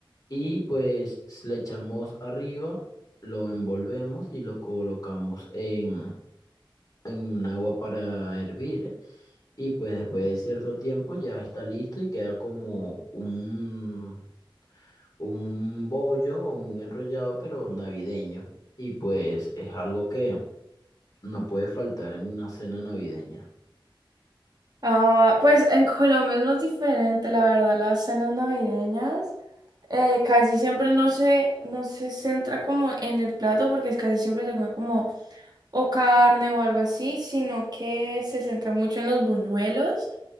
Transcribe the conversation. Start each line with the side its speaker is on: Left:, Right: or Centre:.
Left: y pues le echamos arriba, lo envolvemos y lo colocamos en, en un agua para hervir. ¿eh? Y pues después de cierto tiempo ya está listo y queda como un, un bollo o un enrollado, pero navideño. Y pues es algo que no puede faltar en una cena navideña.
Right: Ah, pues en Colombia es más diferente, la verdad, las cenas navideñas. eh, casi siempre no se, no se centra como en el plato, porque es casi siempre se come como o carne o algo así, sino que se centra mucho en los buñuelos.